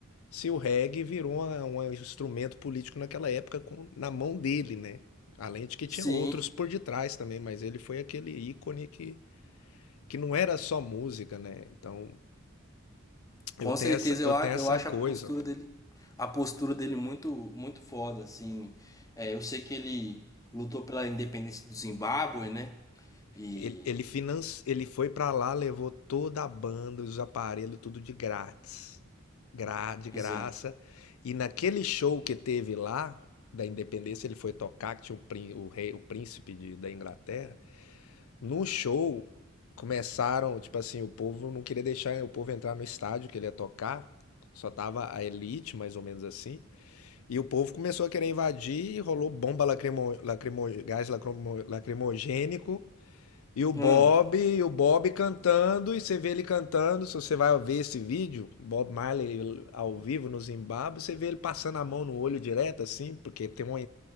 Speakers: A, on the left; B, on the left.
A: se o reggae virou uma- um instrumento político naquela época com- na mão dele, né? Além de que tinha
B: Sim.
A: outros por detrás também, mas ele foi aquele ícone que, que não era só música, né? Então
B: Com
A: eu tenho
B: certeza,
A: essa, eu
B: eu,
A: tenho
B: a-
A: essa
B: eu acho
A: coisa.
B: a postura dele, a postura dele muito, muito foda, assim. É, eu sei que ele lutou pela independência do Zimbábue, né? E,
A: Ele, ele, finan... ele foi pra lá, levou toda a banda, os aparelhos, tudo de grátis. Gra... De
B: pois
A: graça.
B: é.
A: E naquele show que teve lá, da Independência, ele foi tocar, que tinha o, prín... o rei, o príncipe de... da Inglaterra. No show, começaram, tipo assim, o povo não queria deixar o povo entrar no estádio que ele ia tocar. Só tava a elite, mais ou menos assim. E o povo começou a querer invadir, rolou bomba lacrimo... Lacrimo... gás lacrimo... lacrimogênico. E o Bob,
B: Hum,
A: e o Bob cantando, e você vê ele cantando. Se você vai ver esse vídeo, Bob Marley ao vivo no Zimbábue, você vê ele passando a mão no olho direto, assim, porque tem uma,